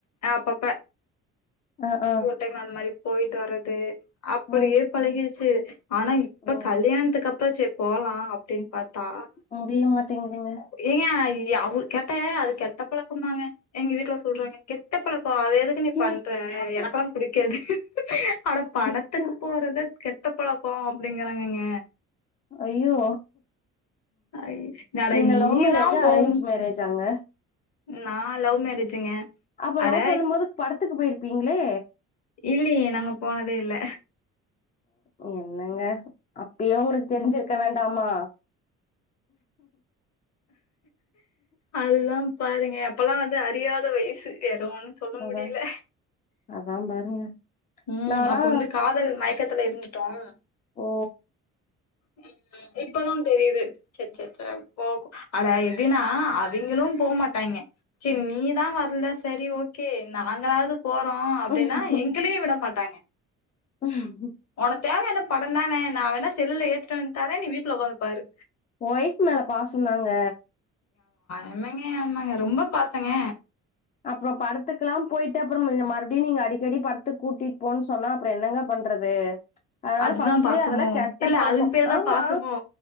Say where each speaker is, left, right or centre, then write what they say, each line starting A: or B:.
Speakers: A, on the left; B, on the left.
A: அப்பப்ப
B: ஆ ஆ
A: <inaudible> அந்த மாரி போயிட்டு வரது அப்டியே
B: ம்
A: பழகிருச்சு ஆனா இப்ப
B: ஓ
A: கல்யாணத்துக்கு அப்றோ சேர் போலா அப்டின் பாத்தா
B: முடிய மாட்டேங்குதுங்க
A: ஏங்க ஏ அவரு கேட்ட அது கெட்ட பழக்கமாங்க எங்க வீட்ல சொல்றாங்க இது கெட்ட பழக்கோ அது எதுக் எதுக்கு நீ பண்ற
B: எட்ட ப
A: எனக்குலா புடிக்காது அட படத்துக்கு
B: எட்டு
A: போறத கெட் ட்ட பழக்கோ அப்டிங்கிறாங்கங்க
B: ஐயோ
A: ஐ, அட
B: நீங்க
A: நீதா
B: லவ் மேரேஜா
A: போம்
B: அரேஞ்ச் மேரேஜாங்க
A: நா லவ் மேரேஜுங்க
B: அப்ப
A: அட
B: லவ் பண்ணும்போது படத்துக்கு பேயிருப்பீங்களே
A: இல்லியே நாங்க போனதே இல்ல
B: ஓ என்னங்க அப்பியே உங்ளுக்கு தெரிஞ்சிருக்க வேண்டாமா
A: அதுதா பாருங்க அப்பல்லா வந்து அறியாத வய்சு எதோ ஒன்னு சொல்ல
B: அதா
A: முடியல
B: அதா பாருங்க
A: ம்
B: நாலா
A: அப்ப வந்து காதல் மயக்கத்துல இருந்துட்டோம்
B: ஓ
A: ம் இப்ப தான் தெரியுது ச்ச ச்ச போக அடா எப்டினா அவங்களும் போ மாட்டாங்க செரி நீதான் வரல செரி ஓகே நாங்களாவது போறோம்
B: ம்
A: அப்டின்னா எங்களையும் விட மாட்டாங்க
B: ஹம்
A: உனக்கு தேவ என்ன படம் தானே நான் வேணா செல்லுல ஏத்திட்டு வந்து தரே நீ வீ ட்ல ஒக்கார்ந்து பாரு
B: ஒய்ஃப் மேல பாசந்தாங்க
A: எமெங்க எமெங்க ரொம்ப பாசங்க
B: அப்புறம் படத்துக்குல்லாம் போயிட்டு அப்புறம் மறுபடியும் அடிக்கடி படத்துக்கு கூட்டிட்டு போன்னு சொன்னா அப்பறம் என்னங்க பண்றது அதனால
A: அதுதா
B: ஃபஸ்ட்லயே
A: பாசமோ
B: அதெல்லாம் கெட்ட
A: இல்ல
B: பழக்கம்
A: அதுக்கு பேருதா
B: ஆமா
A: பாசமோ